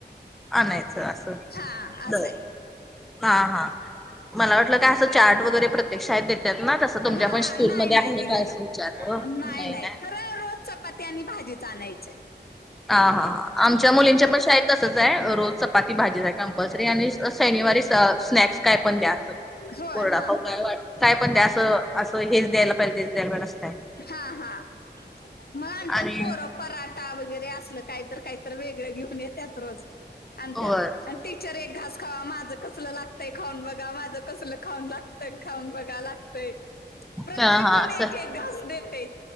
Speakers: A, in the centre; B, on the left.
A: अ नाहीयचं असं.
B: हा असं
A: बर
B: आहे.
A: हा हा मला वाटलं काय असं चार्ट वगैरे प्रत्यक्ष आहेत देत. त्यात ना तसं तुमच्या
B: हा
A: पण
B: हा
A: स्कूलमध्ये
B: नाही नाही
A: आहे
B: दिलेला
A: का असं विचारत
B: अ,
A: नाही नाही.
B: रोज चपाती आणि भाजी चालायचीय.
A: हा हा हा आमच्या मुलींच्या पण शाेत तसच आहे रोज चपाती भाजीच आहे कंपल्सरी आणि शनिवारी स्नॅक्स काय पण द्या असत.
B: आहे होय
A: कोरडा
B: हा
A: काय
B: हा
A: वाट काय पण द्या असं असं हेच द्यायला पाहिजे तेच द्यायला पहि नसतय.
B: हा हा म्हणतात
A: आणि
B: पोर पराठा वगैरे असल काहीत काहीत वेगळं घेऊन येतत रोज आणि
A: होय
B: त्यात टीचर एक घास खावा माझं कसलं लागतंय खाऊन बघा माझं कसलं खाऊन लागतंय खाऊन बघा लाग. प्रत्येक
A: हा हा
B: जण
A: असं
B: एक एक घास देते.